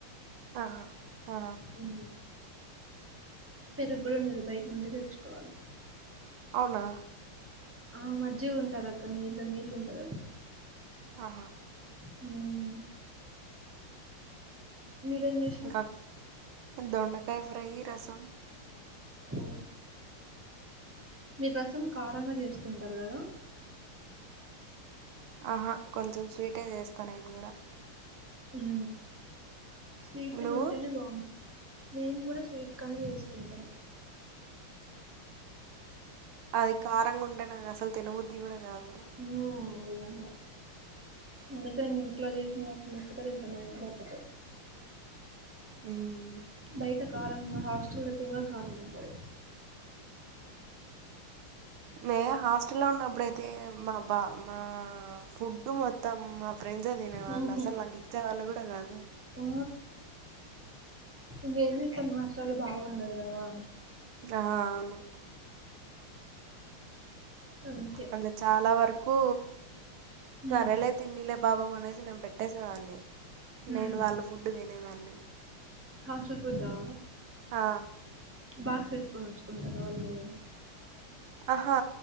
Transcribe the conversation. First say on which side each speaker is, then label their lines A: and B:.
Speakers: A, on the right; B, on the right.
A: ఆహా ఆ
B: ఉ పెరుగ్ గూడ్ ఉండదు బయట్ నుండే తెచ్చుకోవాలి.
A: అవునా
B: ఆ మజ్జగ ఉంటందక్క నీళ్ళు నీళ్ళు ఉంటందది.
A: ఆహా
B: ఉ మీరేం జెస్
A: ఇంక దొండకాయ ఫ్రై, రసం.
B: ఓ మీర్ రసం కారంగ చేసుకుంటరు కదా?
A: ఆహా కొంచెం స్వీటే చేస్తా నేను కూడా
B: ఉ స్వీట్
A: నువ్వు
B: గుంటేనే బా మేం కూడా స్వీట్ కానే చేసుకుంటాం.
A: అది కారంగుంటే నాకు అసలు తినబుద్ధి కూడా కాదు.
B: ఆ ఇదంగా అందుక నేను ఇంట్లో చేసిన ఒక్ ఒకటే మా ఇంట్లో ఒకటే
A: ఉమ్
B: బయట కారం ఇంగ హాస్టల్లయితే ఇంగ కారంగుంటది.
A: మే హాస్టల్లో లో ఉన్నప్పుడుయితే మాబా మా ఫుడ్ మొత్తం మా ఫ్రెండ్సే తినే వాళ్ళు
B: ఉహు
A: అసలు నాకు ఇచ్చే వాళ్ళు కూడా కాదు.
B: ఆ ఇంగేం చేస్తాం హాస్టల్లో బాగుండదు కదా
A: ఆ అవును
B: అందుకే
A: అంతే చాలా వరకూ సరేలే
B: ఉమ్
A: తిన్నిలే బాబం అనేసి నేన్ పెట్ ట్టేసేదాన్ని నేను
B: ఉమ్
A: వాళ్ళ ఫుడ్ తినేదాన్ని
B: హాస్టల్ ఫుడ్ ఆ
A: ఆ
B: బాక్స్ తీసుకొనొచ్చుకుంటారా వాళ్ళు?
A: ఆహా